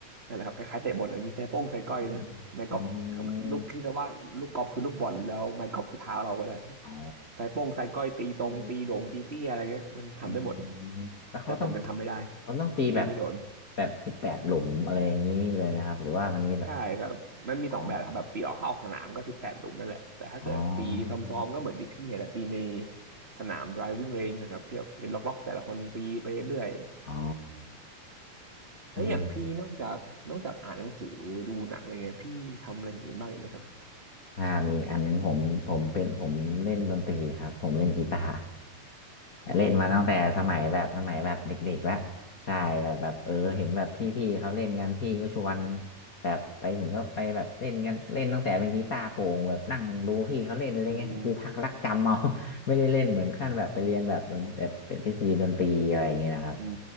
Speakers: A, on the right (about 30°); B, on the left (about 40°).
A: นั่นแหละครับคล้ายๆเตะบอลอะมีไส้โป้งไส้ก้อยนะไม้กอล์ฟก็ลูกคิดเรีว่าลูกกอล์ฟคือลูกบอลแล้วไม้กอล์ฟคือเท้าเราก็ได้
B: อืมอืมอืมอ๋อ
A: ไส้โป้งไส้ก้อยตีตรงตีโด่งตีเตี้ยอะไรเงี้ยมันทำได้หมด
B: เอออืมแล้วเขาต้อง
A: แต่ผมยังทำไม่ได้
B: เขาต้องตีแบบ
A: ตีไม่โดน
B: แบบสิบแปดหลุมอะไรอย่างนี้เลยไหมครับหรือว่ามันมีแบบ
A: ใช่ครับมันมีสองแบบครับแบบตีออกเข้าออกสนามก็สิบแปดหลุมนั่นแหละแต่ถ้าเกิดตีซ้อมๆก็เหมือนที่พี่เห็นแหละตีใน
B: อ๋ออ๋อ
A: สนาม driving range นะครับที่แบบเป็นล็อกๆแต่ละคนตีไปเรื่อย
B: อ๋อ
A: แล้วอย่างพี่นอกจากนอกจากอ่านหนังสือดูหนังอะไรเงี้ยพี่ทำอะไรอย่างอื่นบ้างอีกไหมครับ
B: อออืม อ่ามีอีกอันหนึงผมผมเป็นผมเล่นดนตรีครับผมเล่นกีตาร์
A: อ๋อ
B: เล่นมาตั้งแต่สมัยแบบสมัยแบบเด็กๆแล้วใช่แบบแบบเออเห็นแบบพี่ๆเขาเล่นกันพี่ก็ชวน
A: เล่นกีตาร์
B: แบบไปถึงก็ไปแบบเล่นกันเล่นตั้งแต่เป็นกีตาร์โปร่งแบบนั่งดูพี่เขาเล่นอะไรเงี้ยกูพักรักจำเอา
A: อืม
B: <laughs> ไม่ได้เล่นเหมือนขั้นแบบไปเรียนแบบดนแบบเป็นทฤษฎีดนตรีอะไรอย่างเงี้ยนะครับ
A: อืม